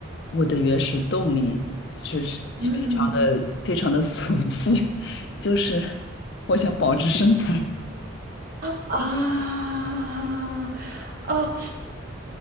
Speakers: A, on the left; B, on the right.
A: 我的原始动力是是非常的非常的俗气，
B: 嗯
A: <laughs> 就是我想保持身材。
B: 啊啊啊